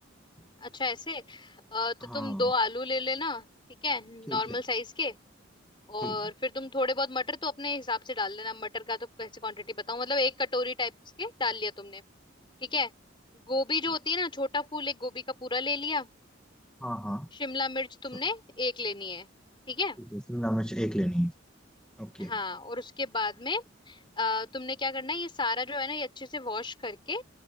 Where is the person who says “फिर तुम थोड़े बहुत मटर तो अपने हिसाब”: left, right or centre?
Left